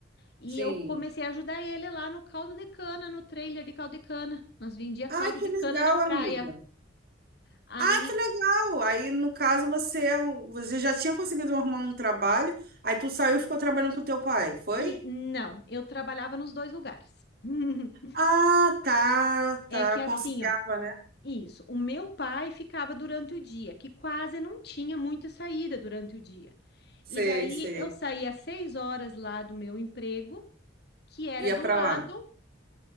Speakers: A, on the left; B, on the right.
A: e
B: Sim.
A: eu comecei a ajudar ele lá no caldo de cana, no trailer de caldo de cana. Nós vendia
B: Ah,
A: caldo
B: que
A: de
B: legal,
A: cana na
B: amiga.
A: praia. Aí,
B: Ah, que legal. Aí, no caso, você, é um, você já tinha conseguido arrumar um trabalho, aí tu saiu e ficou trabalhando com teu pai, foi?
A: e não, eu trabalhava nos dois lugares. <laughs>
B: Ah, tá,
A: É
B: tá.
A: que assim,
B: Conciliava,
A: ó,
B: né?
A: isso. O meu pai ficava durante o dia, que quase não tinha muita saída durante o dia.
B: Sei,
A: E daí
B: sei.
A: eu saía às seis horas lá do meu emprego, que era
B: Ia
A: do
B: pra
A: lado,
B: lá.